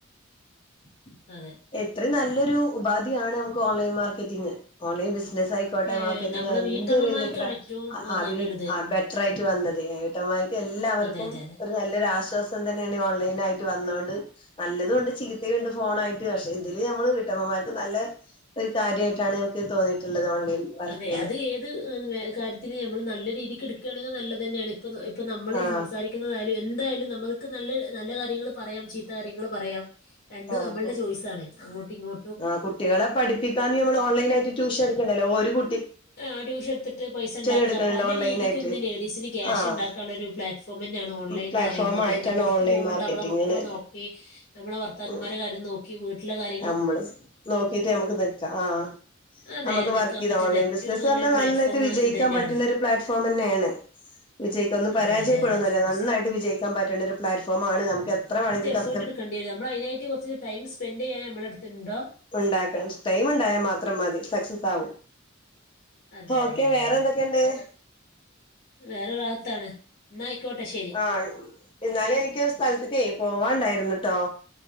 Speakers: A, on the left; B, on the left.
A: <unintelligible>
B: അതെ
A: എത്ര നല്ലൊരു ഉപാധിയാണ് നമുക്ക് ഓൺലൈൻ മാർക്കറ്റിങ്ങ് ഓൺലൈൻ ബിസിനായിക് കോട്ടയ
B: ഏ,
A: മാർക്കറ്റിംഗ്
B: നമ്മള്
A: ഏതൊരു
B: വീട്ടമ്മമാർക്കാണ്
A: ഇന്തായിക്കോട്ടെ
B: ഏറ്റവും
A: ആഹ് ആഹ്
B: നല്ലൊരിത്
A: വീ ആഹ് ബെറ്റർ ആയിട്ട് വന്നത് ഏട്ടന്മാർക്ക് എല്ലാവർക്കും
B: അതെ, അതെ, അതെ.
A: ഒരു നല്ലൊരു ആശ്വാസ് തന്നെയാണ് ഓൺലൈൻ ആയിട്ട് വന്നോണ്ട് നല്ലതുണ്ട് ചീത്തയുണ്ട് ഫോണ ആയിട്ട് പക്ഷെ ഇതില് നമ്മള് വീട്ടമ്മമാർക്ക് നല്ല ഒരു കാര്യമായിട്ടാണ് നമുക്ക് തോന്നിയിട്ടുള്ളത് ഓൺലൈൻ വർക്കുകള്
B: അതെ അത് ഏത് കാര്യത്തിന് നമ്മള് നല്ല രീതി കിട്ക്കയാണെങ്കിൽ നല്ലതന്നെയാണ് ഇപ്പ ഇപ്പ നമ്മൾ
A: ആഹ്
B: ഈ സംസാരിക്കുന്ന എന്തായാലും നമ്മുക്ക് നല്ല നല്ല കാര്യങ്ങള് പറയാം ചി ത്ത കാര്യങ്ങൾ പറയാം രണ്ടും
A: ആഹ്
B: നമ്മളുടെ
A: അപ്പൊ
B: ചോയ്സ് ആണ് അങ്ങോട്ട് ഇങ്ങോ
A: ആഹ് കുട്ടികളെ പഠിപ്പിക്കാന് നമ്മള് ഓൺലൈൻ ആയ്ട്ട് ട്യൂഷൻ എടുക്കണ്ടല്ലോ ഒരു കു
B: ആഹ് ട്യൂഷൻ എടുത്തിട്ട് പൈസ ഉണ്ടാക്ക
A: എടുക്കണുണ്ട്
B: പല
A: ഓൺലൈൻ
B: രീതിക്ക്
A: ആയിട്ട്
B: ഇന്ന് ലേഡീസിന് ക്യാഷ്
A: ആഹ്
B: ഉണ്ടാക്കാനുള്ള ഒരു പ്ലാറ്റ്ഫ് പമെന്റ് ആണ് ഓൺലൈൻ
A: പ്ലാറ്റ്ഫോം
B: എന്ന് പറയുന്നത്
A: ആയിട്ടാണ്
B: ന്നാ പുറത്ത്
A: ഓൺലൈൻ
B: പോവേണ്ട
A: മാർക്കറ്റിംഗിന്
B: നമ്മളെ മക്കളെ നോക് നമ്മളെ ഭർത്താക്കന്മാരെ
A: ഉം
B: കാര്യം നോക്കി വീട്ടിലെ കാര്യ
A: നമ്മള് നോക്കിട്ട് നമ്മക്ക് നിക്ക ആഹ്
B: അതെ.
A: നമ്മുക്ക്
B: നിക്കാൻ
A: വർ ഇത്
B: പറ്റുന്ന
A: ഓൺലൈൻ
B: ഏറ്റവും
A: ബിസിനസ്സ്
B: നല്ലൊരു
A: പറഞ്ഞാൽ
B: പ്ലാറ്റ്ഫോം
A: നല്ലായിട്ട് വിജയിക്കാൻ
B: ഇതന്നെയാണ്.
A: പറ്റുന്ന ഒരു പ്ലാറ്റ്ഫോം തന്നെയാണ് വിജയിക്കൊന്ന പരാജയപ്പെടുന്നുല്ല
B: അതെ, അതെ, അതെ. ഓഫ് കോഴ്സ്.
A: നന്നായിട്ട് വിജയിക്കാൻ പറ്റേണ്ട ഒരു പ്ലാറ്റ്ഫോം ആണ് നമക്ക് എത്ര വേണമെങ്കിലും ക
B: എഫോട്ട് എട്ക്കണ്ട്യരും നമ്മൾ അയിനായിട്ട് കുറച്ച് ടൈം സ്പെൻ് ചെയ്യാൻ നമ്മളെ എടുത്തുണ്ടോ
A: ഉണ്ടാക്കണം ടൈം ഉണ്ടായാൽ മാത്രം മതി സക്സസ് ആകും
B: അതെ,
A: ഓക്കെ
B: അതെ, അതെ,
A: വേറെ
B: അതെ.
A: എന്തൊക്കെയുണ്ട്
B: വേറെ റാഹത്താണ് എന്നാ ആയിക്കോട്ടെ ശരി
A: ആഹ് എന്നാൽ എനിക്ക് ഒരു സ്ഥലത്തേക്ക് പോവാണ്ടായിരുന്നുട്ടോ